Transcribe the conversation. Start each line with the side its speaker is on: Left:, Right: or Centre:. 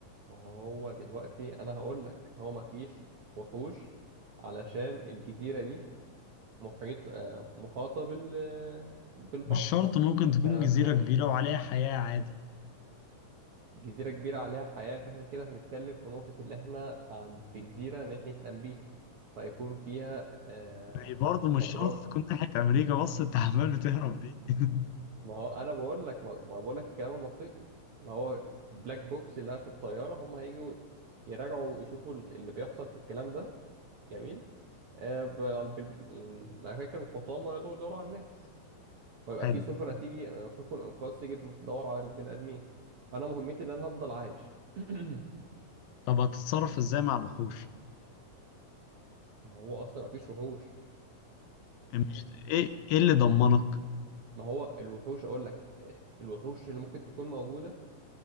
Right: ما هو دلوقتي انا هقول لك هو مفيش وحوش علشان الجزيرة دي محيط آه، محاطة بال آه، بالبحر
Left: مش شرط ممكن تكون
Right: فما
Left: جزيرة
Right: فيهاش
Left: كبيرة وعليها حياة عادي
Right: جزيرة كبيرة عليها حياة فاحنا كده هنتكلم في نقطة اللي احنا عن في جزيرة ناحية أمريكا فيكون فيها آه
Left: يعني برضه مش
Right: أبراج
Left: شرط تكون ناحية امريكا بس انت <laughs> عمال بتهرب ليه <laughs>
Right: ما هو أنا بقول لك ما ما بقول لك الكلام المنطقي ما هو البلاك بوكس اللي في الطيارة هم هيجوا يراجعوا يشوفوا ال- اللي بيحصل في الكلام ده جميل آه بال- بال- الأماكن الحطام ويقعدوا يدوروا على الناس ويبقى
Left: حلو
Right: في سفن هتيجي آه، سفن إنقاذ تيجي تدور على البني آدمين فأنا مهمتي إن أنا هفضل عايش <clears throat>
Left: طب هتتصرف ازاي مع الوحوش
Right: ما هو أصلا مفيش وحوش
Left: مش ايه ايه اللي ضمنك
Right: ما هو الوحوش اقول لك آه، الوحوش اللي ممكن تكون موجوده